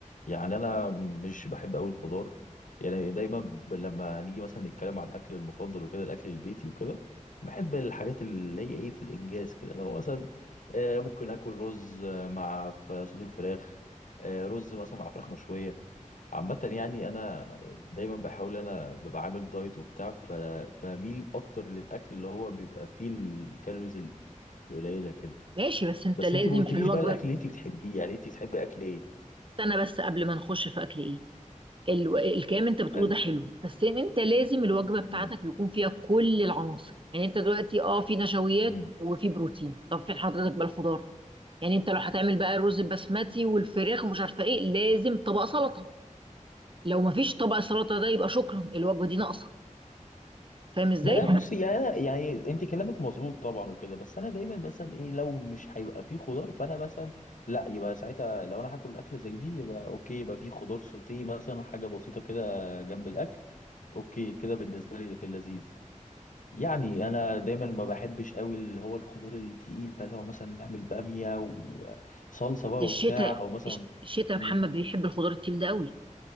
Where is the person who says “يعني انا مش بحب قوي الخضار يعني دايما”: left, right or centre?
Left